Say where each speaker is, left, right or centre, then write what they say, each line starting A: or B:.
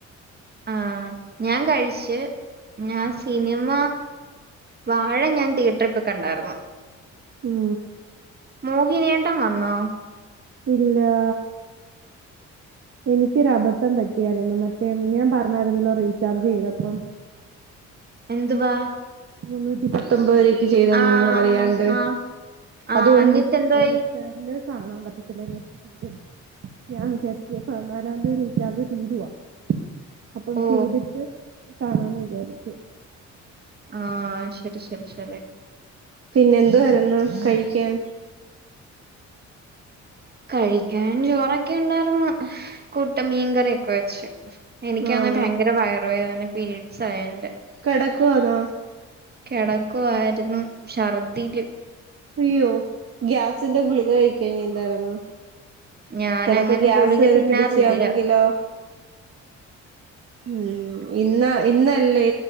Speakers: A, on the right; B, on the right.
A: ആ ഞാൻ കഴിച്ചു ഞാ
B: ആഹ്
A: സിനിമ വാഴ ഞാൻ തിയറ്റ- ട്രിപ്പ് കണ്ടായിരുന്നു
B: ഉം
A: മോഹിനിയട്ടം വന്നോ
B: ഇല്ലാ എനിക്കൊരു അബദ്ധം പറ്റിയായിരുന്നു മറ്റേ ഞാൻ പറഞ്ഞായിരുന്നല്ലോ റീചാർജ് ചെയ്തപ്പം
A: എന്തുവാ
B: മുന്നൂറ്റി പത്തൊമ്പത് ചെയ്തന്ന
A: ആഹ്
B: അറിയാണ്ട്
A: ആഹ് ആഹ്
B: അതൊണ്ട്
A: എന്നിട്ട് എന്തായി
B: <unintelligible> കാണാൻ പറ്റത്തില്ലന്നെയു ഞാൻ വിചാരിച്ച് പതിനാലാം തീയതി റീചാർജ് തീരുവാ അപ്പം
A: ഓ
B: ചെയ്തിട്ട് കാണാന്ന് വിചാരിച്ച്
A: ആഹ് ശെരി ശെരി ശെര്യ
B: പിന്നെ എന്തുവാരുന്നു കഴിക്കാൻ
A: കഴിക്കാൻ ചോറൊക്കെ ഉണ്ടായിരുന്നു കുട്ടൻ മീൻകറിയൊക്കെ വെച്ചു എനിക്കാന്നെ
B: ആഹ്
A: ഭയങ്കര വയ വേദന പീരീഡ്സ് ആയെന്റെ -
B: കെടക്കുവാന്നോ
A: കെടക്കുവായിരുന്നു ഷർദ്ദിയില്
B: അയ്യോ ഗ്യാസിന്റെ ഗുളിക കഴിക്ക്യേഞ്ഞീന്താരുന്നോ
A: ഞാനങ്ങനെ
B: ചെലപ്പോ ഗ്യാസ്
A: ഗുളിക
B: കേറി
A: തിന്നാറില്ല
B: പിടിച്ചാന്നെങ്കിലോ ഉം ഇന്ന ഇന്നല്ലേ